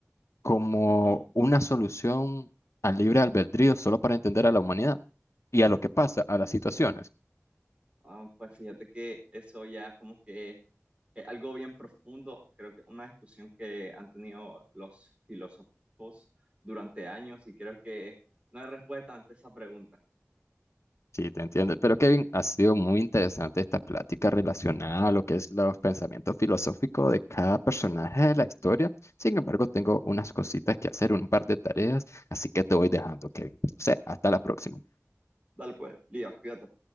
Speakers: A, on the left (about 65°); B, on the right (about 25°).
A: como
B: Ujú.
A: una solución al libre albedrío solo para entender a la humanidad y a lo que pasa, a las situaciones.
B: Ah, pues fíjate que eso ya como que es algo bien profundo, creo que una discusión que han tenido los filósofos durante años y creo que no hay respuesta ante esa pregunta.
A: Sí, te entiendo. Pero Kevin, ha sido muy interesante esta plática relacionada a lo que es los pensamientos filosóficos de cada personaje de la historia. Sin embargo, tengo unas cositas que hacer, un par de tareas, así que te voy dejando, Kevin. O sea, hasta la próxima.
B: Dale pues, Lías, cuídate.